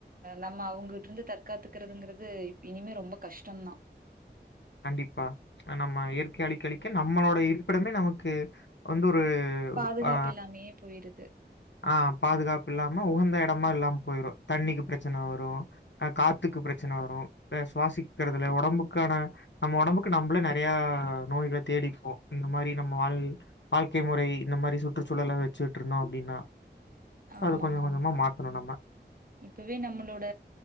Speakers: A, on the right; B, on the left.
A: நம்ம அவங்கட்ருந் ந்து தற்காத்துக்குறதுங்கறது இனிமே ரொம்ப கஷ்டம் தான்
B: கண்டிப்பா நம்ம இயற்கைய அழிக்க அழிக்க நம்மளோட இருப்பிடமே நமக்கு வந்து ஒரு ஒரு
A: பாதுகாப்பு
B: ஆ
A: இல்லாமயே போயிருது.
B: ஆ பாதுகாப்பில்லாம உகந்த எ எடமா இல்லாம போயிரும் தண்ணிக்கு பிரச்சன வரும் காத்துக்கு பிரச்சன வரும் வேற சுவாசிக்கிறதுல ஒடம்புக்கான நம்ம ஒடம்புக்கு நம்பலே நெறைய நோய்கள தேடிப்போம் இந்தமாரி நம்ம வாழ் வாழ்க்கை முறை இந்த இந்தமாரி சுற்றுச்சூழல வச்சிட்ருந்தோம் அப்டின்னா
A: ஆமாங்க,
B: அத கொஞ்சம் கொஞ்சமா
A: ஆமாங்க.
B: மாத்தணும்
A: ம்.
B: நம்ம
A: இப்பவே நம்மளோட